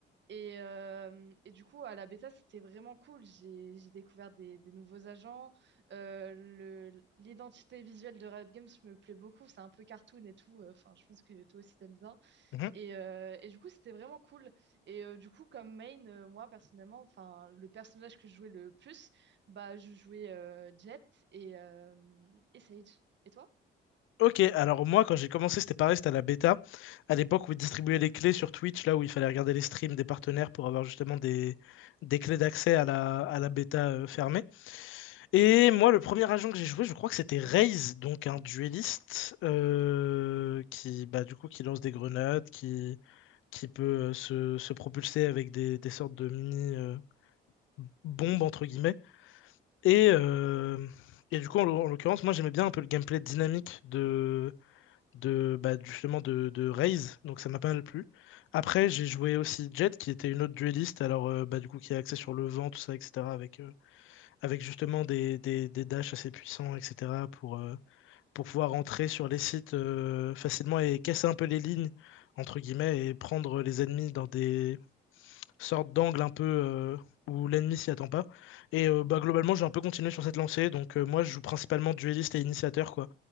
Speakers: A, on the right; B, on the left.
A: Et, euh, et du coup, à la bêta, c'était vraiment cool. J'ai, j'ai découvert des, des nouveaux agents. Euh, le- l'identité visuelle de Riot Games me plaît beaucoup. C'est un peu cartoon et tout. Enfin, je pense que toi aussi, t'aimes bien.
B: mhm.
A: Et, euh, et du coup, c'était vraiment cool. Et euh, du coup, comme main, euh, moi, personnellement, enfin, le personnage que je jouais le plus, bah, je jouais euh, Jett et, euh, et Sage. Et toi?
B: Ok, alors moi quand j'ai commencé, c'était pareil, c'était à la bêta, à l'époque où ils distribuaient les clés sur Twitch, là où il fallait regarder les streams des partenaires pour avoir justement des, des clés d'accès à la, à la bêta euh, fermée. Et moi, le premier agent que j'ai joué, je crois que c'était Raze, donc un dueliste euh, qui, bah, du coup, qui lance des grenades, qui, qui peut euh, se, se propulser avec des, des sortes de mini euh, bombes entre guillemets. Et, euh, et du coup, en l'oc- en l'occurrence, moi j'aimais bien un peu le gameplay dynamique de, de bah, justement de, de Raze, donc ça m'a pas mal plu. Après, j'ai joué aussi Jet, qui était une autre dueliste, alors euh, bah, du coup qui est axée sur le vent, tout ça, etc., avec, euh, avec justement des, des, des dashs assez puissants, etc., pour, euh, pour pouvoir entrer sur les sites euh, facilement et casser un peu les lignes, entre guillemets, et prendre les ennemis dans des, sorte d'angle un peu euh, où l'ennemi s'y attend pas. Et euh, bah, globalement, j'ai un peu continué sur cette lancée. Donc, euh, moi, je joue principalement dueliste et initiateur, quoi.